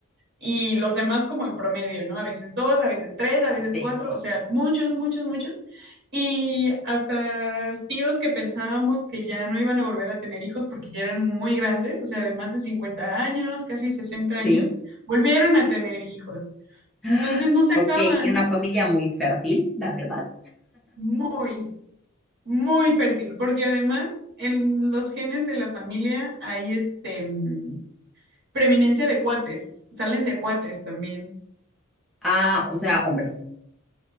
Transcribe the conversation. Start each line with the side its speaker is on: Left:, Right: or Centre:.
Right: y los demás como en promedio, ¿no? A veces dos, a veces tres, a veces
Centre: Sí,
Right: cuatro, o sea, muchos, muchos, muchos. Y hasta tíos que pensábamos que ya no iban a volver a tener hijos porque ya eran muy grandes, o sea, de más de 50 años, casi sesenta años,
Centre: sí.
Right: volvieron a tener hijos.
Centre: Ah,
Right: Entonces no se
Centre: Ok,
Right: acaban
Centre: una familia muy fértil, la verdad.
Right: muy, muy fértil, porque además en los genes de la familia hay este mm, preeminencia de cuates, salen de cuates también.
Centre: Ah, o sea, hombres.